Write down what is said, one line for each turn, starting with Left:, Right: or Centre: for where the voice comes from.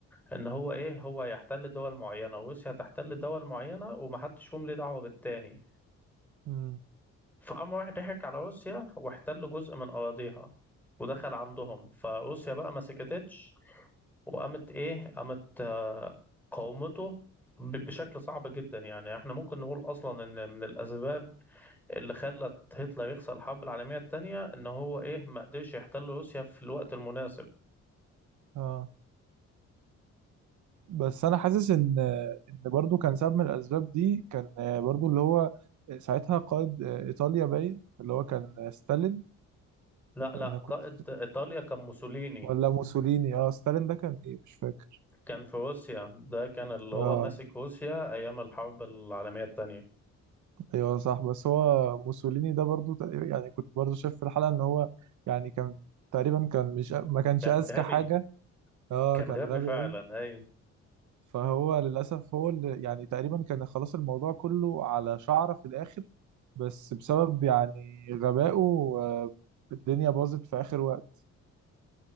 Centre: ان هو ايه هو يحتل دول معينة وروسيا تحتل دول معينة ومحدش فيهم ليه دعوة بالتاني
Right: مم.
Centre: فقام راح ضحك على روسيا واحتل جزء من أراضيها ودخل عندهم فروسيا بقى ما سكتتش وقامت إيه قامت آه، قاومته ب- بشكل صعب جدا يعني احنا ممكن نقول اصلا ان من الاسباب اللي خلت هتلر يخسر الحرب العالميه الثانيه ان هو ايه ما قدرش يحتل روسيا في الوقت المناسب
Right: اه بس انا حاسس ان ان برضو كان سبب من الاسباب دي كان آه، برضو اللي هو آه، ساعتها قائد آه، ايطاليا باين اللي هو كان آه، ستالين
Centre: لا لا
Right: انا
Centre: قائد
Right: كنت
Centre: ايطاليا كان موسوليني
Right: ولا موسوليني اه ستالين ده كان ايه مش فاكر
Centre: كان في روسيا ده كان اللي هو
Right: اه
Centre: ماسك روسيا ايام الحرب العالميه الثانيه
Right: ايوه صح بس هو موسوليني ده برضو تقريبا- يعني كنت برضو شايف في الحلقة ان هو يعني كان تقريبا كان مش ما كانش
Centre: كان
Right: اذكى
Centre: غبي
Right: حاجة اه
Centre: كان
Right: كان
Centre: غبي
Right: غبي
Centre: فعلا
Right: قوي
Centre: اي
Right: فهو للأسف هو اللي يعني تقريبا كان خلاص الموضوع كله على شعرة في الآخر بس بسبب يعني غبائه آه، الدنيا باظت في آخر وقت